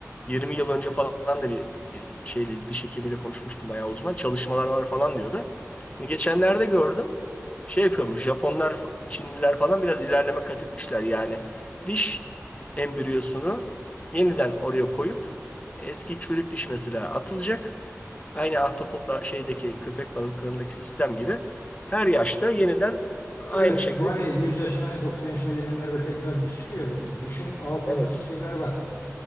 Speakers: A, on the left (about 25°); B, on the left (about 45°).
A: 20 yıl önce falan da bir e, şeyle diş hekimiyle konuşmuştum bayağı uzman. Çalışmalar var falan diyordu. Şimdi geçenlerde gördüm şey yapıyormuş Japonlar, Çinliler falan biraz ilerleme kat etmişler yani. Diş embriyosunu yeniden oraya koyup eski çürük diş mesela atılacak. Aynı ahtapotla şeydeki köpek balıklarındaki sistem gibi her yaşta yeniden
B: Evet,
A: aynı şekilde
B: bu hani 100 yaşına 90 yaşına gelenlerde tekrar diş çıkıyor ya dostum. Dişin altında
A: evet
B: şeyler var.